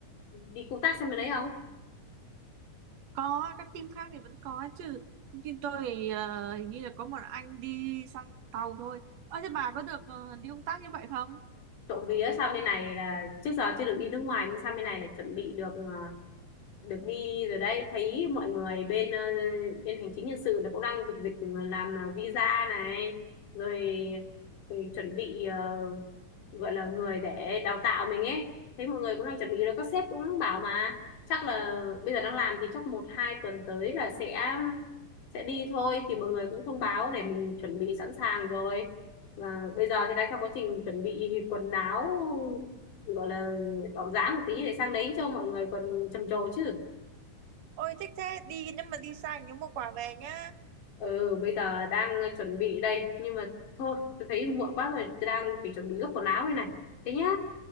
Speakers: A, on the left (about 80°); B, on the right (about 65°).
A: đi công tác sang bên đấy không
B: có các team khác thì vẫn có chứ Nhưng team tôi thì ờ, hình như là có một anh đi sang tàu thôi ơ thế bà có được ờ, đi công tác như vậy không
A: trộm vía sang bên này là trước giờ chưa được đi nước ngoài nhưng sang bên này là chuẩn bị được ờ, được đi rồi đấy thấy mọi người bên ờ, bên hành chính nhân sự là cũng đang dục dịch ờ, làm ờ, visa này rồi, rồi chuẩn bị ờ, gọi là người để đào tạo mình ấy thấy mọi người cũng đang chuẩn bị rồi các sếp cũng bảo mà chắc là bây giờ đang làm thì chắc một hai tuần tới là sẽ sẽ đi thôi thì mọi người cũng thông báo để mình chuẩn bị sẵn sàng rồi và bây giờ thì đang trong quá trình chuẩn bị quần áo gọi là đỏm dáng một tí để sang đấy cho mọi người còn trầm trồ chứ
B: Ôi thích thế đi nếu mà đi sang nhớ mua quà về nhá.
A: ừ bây giờ đang chuẩn bị đây nhưng mà thôi tôi thấy muộn quá rồi tôi đang phải chuẩn bị gấp quần áo đây này thế nhá